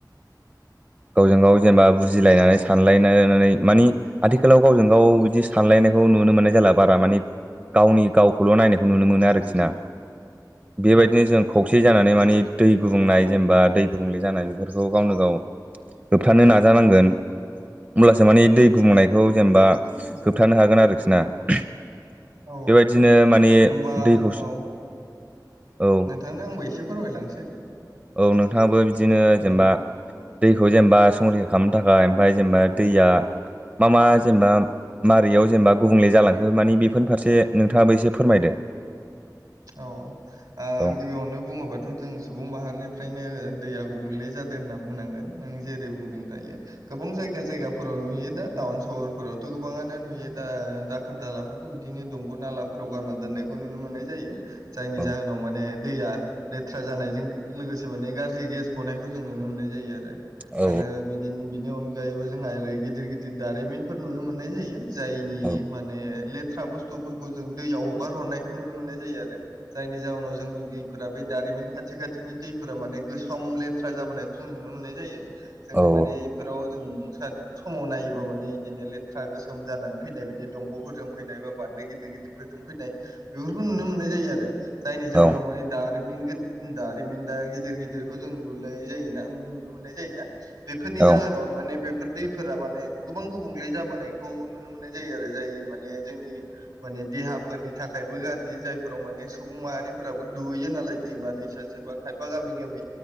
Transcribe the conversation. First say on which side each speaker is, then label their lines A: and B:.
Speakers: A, on the right; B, on the right.
A: <unintelligible>
B: गावजों गाव जेनेबा बुजिलायनानै सानलायनानै मानि आथिखालाव गावजों गाव बिदि सानलायनायखौ नुनो मोननाय जला बारा माने गावनि गावखौल' नायखौ नुनो मोनो आरोखि ना।
A: औ
B: बेबायदिनो जों खौसे जानानै माने दै गुबुंनाय जेनेबा दै गुबुंले जानाय बेफोरखौ गावनो गाव होबथानो नाजानांगोन। अब्लासो माने दै गुबुंनायखौ जेनेबा होबथानो हागोन आरोखि ना। बेबायदिनो
A: औ
B: माने
A: होमबा
B: दैखौ
A: औ
B: औ
A: नोंथांनो आंबो एसे फोरमायलांसै।
B: औ नोंथाङाबो बिदिनो जेनेबा
A: औ
B: दैखौ जेनेबा संरैखा खालामनो थाखाय ओमफ्राय जेनेबा दैया मा मा जेनेबा मारैयाव जेनेबा गुबुंले जालांखो माने बेफोरनि फारसे नोंथाङाबो एसे फोरमायदो।
A: औ ओ
B: औ
A: गिबियावनो बुङोबाथ' जों सुबुं माहारिनिफ्रायनो दैया गुब बुंले जादों होनना बुंनांगोन। नों जेरै बुंदों दायो, गोबां जायगा जायगाफोराव नुयो दा टाउन सहर सरफोरावथ' गोबाङानो नुयो दा दाखोर दालाफोरखौ बिदिनो दंग' नालाफोराव गारना दोननायखौ नुनो मोननाय जायो। जायनि जाहोनाव
B: औ
A: माने दैया लेथ्रा जानायजों लोगोसे माने गाज्रि गेस गनायखौ जों नुनो मोननाय जायो आरो।
B: औ
A: आरो बिदिनो बिनि अनगायैबो जोंहा ओरै गिदिर गिदिर दारिमिनफोर नुनो मोननाय जायो। जायनि
B: औ
A: माने लेथ्रा बुस्थुफोरखौ जों दैयाव हगार हरनायखौ नुनो मोननाय जायो आरो। जायनि जावनाव जोंनि दैफोरा बे दारिमिन खाथि खाथिनि दैफोरा माने गोसोम लेथ्रा जाबोनायखौ जों नुनो मोननाय जायो। जोङो
B: औ
A: माने बेफोराव जों समाव नायोबा माने बिदिनो लेथ्रा गोसोम जानानै फैनाय बिदि दंग'फोरजों फैनाय बा गिदिर गिदिरफोरजों फैनाय बेफोरखौ नुनो मोननाय जायो आरो। जायनि जाउनाव
B: औ
A: माने दारिमिन गो दारिमिन दा गिदिर गिदिर दिदखौ जों लुनाय जायोना नुनो मोननाय जायोना, बेफोरनि
B: औ
A: जाहोनाव माने बे बेफोर दैफोरा माने गोबां गुबुंले जाबोनायखौ नुनो मोननाय जायो आरो जाय माने जोंनि माने देहाफोरनि थाखायबो गाज्रि जायफोराव माने सुबुं माहारिफोराबो दुगैयो नालाय दैमा दैसा सोरबा खायफा गामि गामि